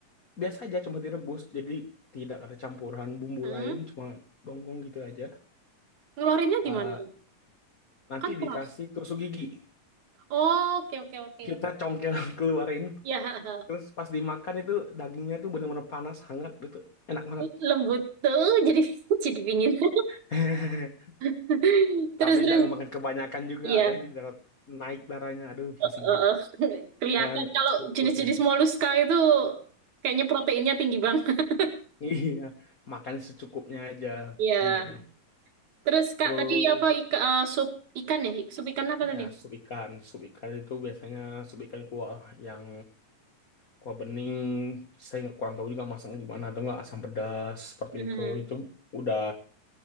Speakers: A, on the left (about 55°); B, on the right (about 65°).
A: biasa aja cuma direbus, jadi tidak ada campuran bumbu
B: hmm.
A: lain, cuma gonggong gitu aja.
B: ngeluarinnya
A: Eh,
B: gimana tuh?
A: nanti
B: kan keras
A: dikasih tusuk gigi,
B: Oh, oke oke oke
A: kita congkel <laughs> keluarin.
B: ya
A: Terus pas dimakan itu dagingnya tuh bener-bener panas, hangat, itu enak banget.
B: <laughs> lembut tuh jadi <laughs> jadi dingin <laughs>
A: <laughs>
B: <laughs> Terus
A: Tapi
B: terus
A: jangan makan kebanyakan juga,
B: iya
A: nanti darah naik darahnya. Aduh, pusing
B: eh, eh,
A: juga.
B: eh. <laughs> kelihatan
A: Kan
B: kalau
A: seafood.
B: jenis-jenis
A: <laughs>
B: moluska itu kayaknya proteinnya tinggi banget. <laughs>
A: Iya, makan secukupnya aja
B: Iya.
A: sebenarnya.
B: Terus Kak
A: Terus
B: tadi apa ika, eh, sup ikan ya? Sup ikan
A: su-
B: apa tadi?
A: ya sup ikan, sup ikan itu biasanya sup ikan kuah yang kuah bening. Saya nggak kurang tahu juga masaknya gimana atau nggak asam pedas seperti
B: Hmm.
A: itu. Itu udah